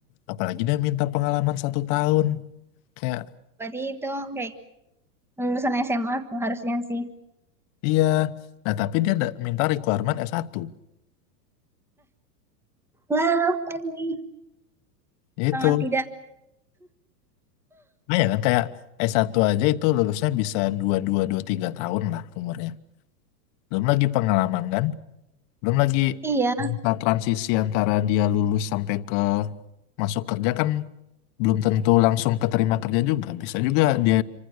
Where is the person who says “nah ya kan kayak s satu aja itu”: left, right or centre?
Left